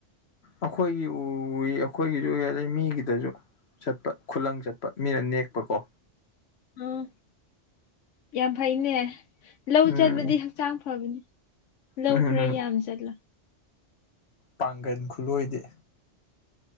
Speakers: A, on the left (about 60°); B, on the left (about 80°).
A: ꯑꯩꯈꯣꯏꯒꯤ ꯎꯏ ꯑꯩꯈꯣꯏꯒꯤꯖꯨ ꯎꯏ ꯑꯗꯩ ꯃꯤꯒꯤꯗꯖꯨ ꯆꯠꯄ ꯈꯨꯂꯪ ꯆꯠꯄ ꯃꯤꯅ ꯅꯦꯛꯄꯀꯣ
B: ꯑꯥ ꯌꯥꯝ ꯐꯩꯅꯦ ꯂꯧ
A: ꯎꯝ
B: ꯆꯠꯂꯗꯤ ꯍꯛꯆꯥꯡ ꯐꯕꯅꯤ ꯂꯧ
A: ꯎꯝ
B: ꯈꯔ ꯌꯥꯝ ꯆꯠꯂꯣ
A: ꯄꯥꯡꯒꯟ ꯈꯨꯂꯣꯏꯗꯤ